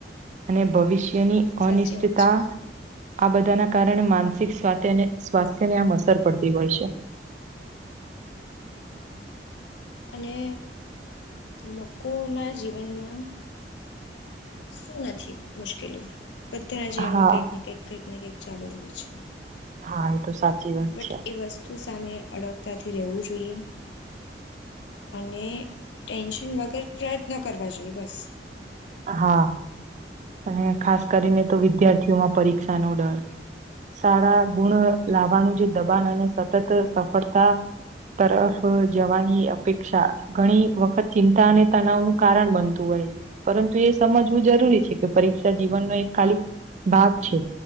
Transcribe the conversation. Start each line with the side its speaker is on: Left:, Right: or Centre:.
Right: અને ભવિષ્યની
Left: હમ સાચી
Right: અનિશ્ચતા
Left: વાત છે.
Right: આ બધાના કારણે માનસિક સ્વા અને સ્વાસ્થ્ય ને આમ અસર પડતી હોય છે
Left: અને લોકોના જીવનમાં શું નથી મુશ્કેલીઓ બધાના
Right: હા.
Left: જીવન માં કંઈક ને કઈક કંઈક ને કંઈક ચાલુ જ હોય છે
Right: હા તો સાચી વાત
Left: બટ
Right: છે.
Left: એ વસ્તુ સામે અડગતાથી રહેવું જોઈએ અને ટેન્શન વગર પ્રયત્નો કરવા જોઈએ બસ
Right: હા અને ખાસ કરીને તો વિદ્યાર્થીઓમાં પરીક્ષાનોો ડર સારા ગુણ લાવવાનું જે દબાણ અને સતત સફળતા તરફ જવાની અપેક્ષા ઘણી વખત ચિંતા અને તનાાવનું કારણ બનતું હોય છે પરંતુ એ સમજવું જરૂરી છે કે પરીક્ષા જીવનનો એક ખાલી ભાગ છે